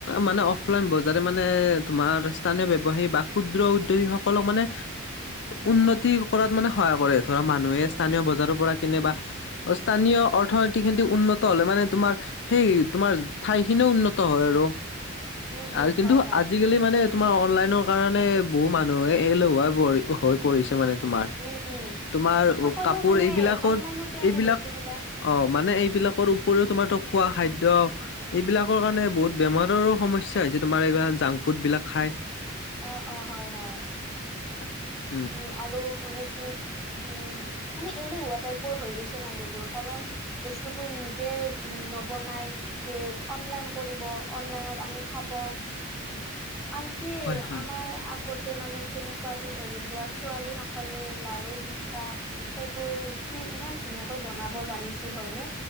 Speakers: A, on the left (about 55°); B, in the centre.
A: মানে অফলাইন বজাৰে মানে তোমাৰ স্থানীয় ব্যৱসায়ী বা ক্ষুদ্ৰ টো ই সকলক মানে উন্নতি কৰাত মানে সহায় কৰে। ধৰা, মানুহে
B: উম
A: স্থানীয়
B: উম
A: বজাৰ পৰা কেনেবা স্থানীয় অৰ্থনীতি খিনতি উন্নত হলে মানে তোমাৰ সেই তোমাৰ ঠাইখিনিও উন্নত হয় আৰু।
B: উম উম
A: আৰু কিন্তু
B: হয় হয়
A: আজিকালি মানে তোমাৰ অনলাইন কাৰণে বহু মানুহে এল <unintelligible> হৈ পৰিছে মানে তোমাৰ।
B: উম উম
A: তোমাৰ
B: সকলো
A: কাপোৰ
B: মানে
A: এইবিলাকৰ
B: অনলাইনতে আনে
A: এইবিলাক
B: বস্তুবিলাক
A: অ। মানে এইবিলাকৰ উপৰিও তোমাৰ ত খোৱা খাদ্য। এইবিলাকৰ কাৰণে বহুত বেমাৰৰো সমস্যা হৈছে। তোমাৰ <unintelligible> জাংক ফুডবিলাক খায়।
B: অঁ অঁ, হয় হয়।
A: <unintelligible>
B: উম আৰু মানে কি? উম মানে এলেহুৱা টাইপৰ হৈ গৈছে মানুহবোৰ কাৰণ বস্তুবোৰ নিজে নবনাই। এ অনলাইন কৰিব, অনলাইনত আনি খাব। আনকি
A: হয় হয়।
B: আমাৰ আগতে মানে কেনেকুৱা <unintelligible> ধৰি লোৱা ছোৱালীসকলে লাৰু পিঠা। সেইবোৰ কি ইমান ধুনীয়াকৈ বনাব জানিছিল। হয়নে?